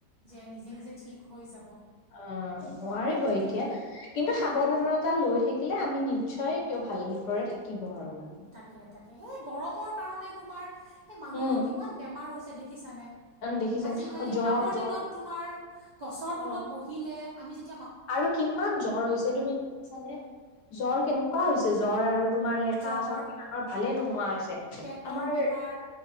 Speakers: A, on the right; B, on the left.
A: যে নিজে নিজে ঠিক হৈ যাব।
B: অহ নোৱাৰিব
A: তো
B: এতিয়া।
A: মে
B: কিন্তু সাৱধানতা লৈ থাকিলে আমি নিশ্চয় তেওঁ ভালদৰে থাকিব আৰু মানে।
A: তাকে তাকে সেই গৰমৰ কাৰণে তোমাৰ সেই মানুহৰ
B: উম,
A: কিমান বেমাৰ হৈছে দেখিছা নে।
B: দেখিছানে
A: আজিকালি
B: অ', জ্বৰ,
A: আগৰ
B: জ্বৰ,
A: দিনত তোমাৰ গছৰ
B: অ'।
A: তলত বহিলে আমি যে
B: আৰু কিমান জ্বৰ হৈছে তুমি দেখিছানে জ্বৰ কেনেকুৱা হৈছে জ্বৰ আৰু তোমাৰ সে
A: জ্বৰ
B: কাহঁ চৰ্দি মানুহৰ ভালে নোহোৱা হৈছে
A: পেটৰ
B: আমাৰ।
A: বেমাৰ